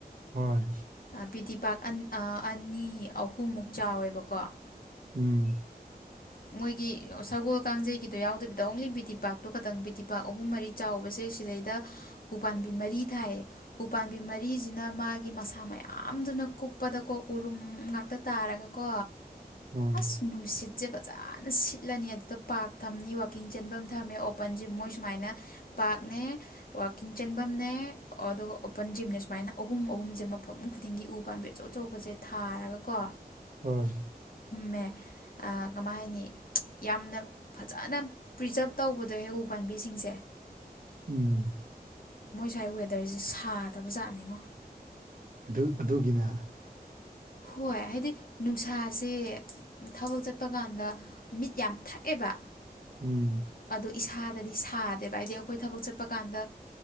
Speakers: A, on the right (about 55°); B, on the left (about 60°).
A: ꯍꯣꯏ
B: ꯕꯤꯗꯤ ꯄꯥꯛ ꯑꯅꯤ ꯑꯍꯨꯝꯃꯨꯛ ꯆꯥꯎꯋꯦꯕꯀꯣ
A: ꯎꯝ
B: ꯃꯣꯏꯒꯤ ꯁꯒꯣꯜ ꯀꯥꯡꯖꯩꯒꯤꯗꯣ ꯌꯥꯎꯗꯕꯤꯗ ꯑꯣꯡꯂꯤ ꯕꯤ ꯇꯤ ꯄꯥꯛꯇꯣ ꯈꯇꯪ ꯕꯤ ꯇꯤ ꯄꯥꯛ ꯑꯍꯨꯝ ꯃꯔꯤ ꯆꯥꯎꯕꯁꯦ ꯁꯤꯗꯩꯗ ꯎꯄꯥꯝꯕꯤ ꯃꯔꯤ ꯊꯥꯏꯌꯦ ꯎꯄꯥꯝꯕꯤ ꯃꯔꯤꯁꯤꯅ ꯃꯥꯒꯤ ꯃꯁꯥ ꯃꯌꯥꯝꯗꯨꯅ ꯅ ꯀꯨꯞꯄꯗꯀꯣ ꯎꯔꯨꯝ ꯉꯥꯛꯇ ꯇꯥꯔꯒꯀꯣ
A: ꯍꯣꯏ
B: ꯑꯁ ꯅꯨꯡꯁꯤꯠꯁꯦ ꯐꯖꯥ ꯅ ꯁꯤꯠꯂꯅꯤ ꯑꯗꯨꯗ ꯄꯥꯔꯛ ꯊꯝꯅꯤ ꯋꯥꯛꯀꯤꯡ ꯆꯦꯟꯕꯝ ꯊꯝꯅꯤ ꯑꯣꯄꯟ ꯖꯤꯝ ꯃꯣꯏ ꯁꯨꯃꯥꯏꯅ ꯄꯥꯔꯛꯅꯦ ꯋꯥꯀꯤꯡ ꯆꯦꯟꯐꯝꯅꯦ ꯑꯗꯨꯒ ꯑꯣꯄꯟ ꯖꯤꯝꯅꯦ ꯁꯨꯃꯥꯏꯅ ꯑꯍꯨꯝ ꯑꯍꯨꯝꯁꯦ ꯃꯐꯝ ꯈꯨꯗꯤꯡꯒꯤ ꯎ ꯄꯥꯝꯕꯤ ꯑꯆꯧ ꯑꯆꯧꯕꯁꯦ ꯊꯥꯔꯒꯀꯣ
A: ꯍꯣꯏ
B: ꯃꯦ ꯑꯥ ꯀꯃꯥꯏ ꯍꯥꯏꯅꯤ ꯌꯥꯝꯅ ꯐꯖꯅ ꯄ꯭ꯔꯤꯖꯥꯕ ꯇꯧꯕꯗꯣ ꯍꯦꯛ ꯎ ꯄꯥꯝꯕꯤꯁꯤꯡꯁꯦ
A: ꯎꯝ
B: ꯉꯥꯏ ꯋꯦꯗꯔꯁꯤꯦ ꯁꯥꯗꯕ ꯖꯥꯠꯅꯤꯉꯣ
A: ꯑꯗꯨ ꯑꯗꯨꯒꯤꯅ
B: ꯍꯣꯏ ꯍꯥꯏꯗꯤ ꯅꯨꯡꯁꯥꯁꯦ ꯊꯕꯛ ꯆꯠꯄ ꯀꯥꯟꯗ ꯃꯤꯠ ꯌꯥꯝ ꯊꯛꯑꯦꯕ
A: ꯎꯝ
B: ꯑꯗꯨꯗ ꯏꯁꯥꯗꯗꯤ ꯁꯥꯗꯦꯕ ꯍꯥꯏꯗꯤ ꯑꯩꯈꯣꯏ ꯊꯕꯛ ꯆꯠꯄ ꯀꯥꯟꯗ